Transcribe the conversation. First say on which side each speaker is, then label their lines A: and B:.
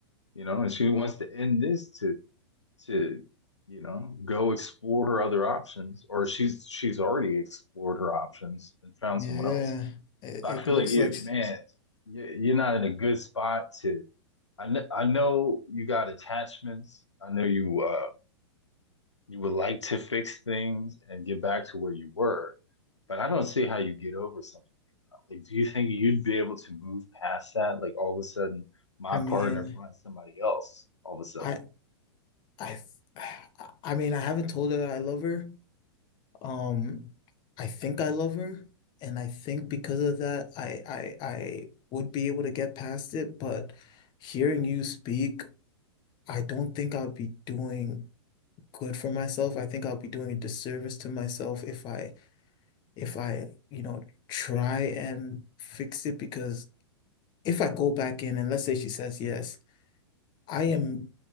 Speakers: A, on the left; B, on the left.
A: you know, and she wants to end this to to you know go explore her other options or she's she's already explored her options and found
B: Yeah.
A: someone else
B: It,
A: so
B: it
A: i feel
B: looks
A: like you
B: like
A: man you- you're not in a good spot to i, kn- I know you got attachments i know you uh you would like to fix things and get back to where you were but i don't see how you get over something like do you think you'd be able to move past that like all of a sudden my
B: I mean,
A: partner finds somebody else all of a sudden
B: I I I mean, I haven't told her that I love her. Um, I think I love her, and I think because of that, I I I would be able to get past it, but hearing you speak, I don't think i would be doing good for myself. I think I'll be doing a disservice to myself if I if I, you know, try and fix it because if I go back in and let's say she says yes, I am